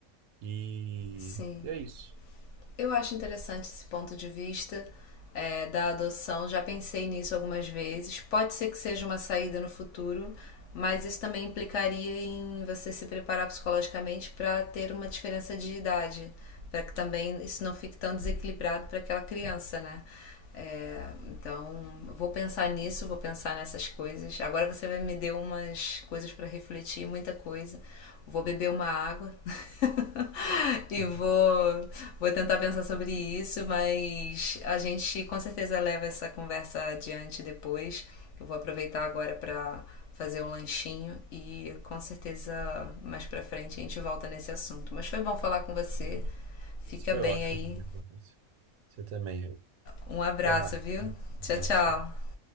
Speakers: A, on the right; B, on the left.
A: e,
B: sim.
A: e é isso.
B: Eu acho interessante esse ponto de vista é, da adoção, já pensei nisso algumas vezes. Pode ser que seja uma saída no futuro, mas isso também implicaria em você se preparar psicologicamente para ter uma diferença de idade, para que também isso não fique tão desequilibrado para aquela criança, né? É, então, vou pensar nisso, vou pensar nessas coisas. Agora você vai me deu umas coisas para refletir, muita coisa. Vou beber uma água <laughs> e
A: Uhum.
B: vou, vou tentar pensar sobre isso, mas a gente com certeza leva essa conversa adiante depois. Eu vou aproveitar agora para fazer um lanchinho e com certeza mais para frente a gente volta nesse assunto. Mas foi bom falar com você. Fica
A: Foi
B: bem
A: ótimo
B: aí.
A: conversar com você. Você também.
B: Um abraço,
A: Até mais.
B: viu?
A: Um
B: Tchau,
A: abraço.
B: tchau.
A: Tchau.